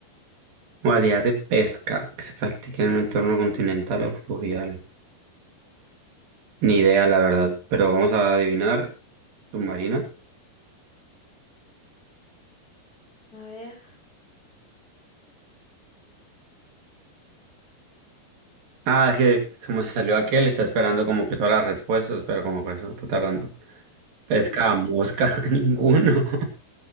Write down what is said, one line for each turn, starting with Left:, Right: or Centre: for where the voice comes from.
Right: Modalidad de pesca que se practica en un entorno continental o fluvial. Ni idea, la verdad, pero vamos a adivinar. Submarina.
Left: A ver,
Right: Ah, es que como se salió aquel, está esperando como que todas las respuestas, pero como por eso está tardando. Pesca
Left: Mm, no,
Right: a mosca, <laughs> ninguno.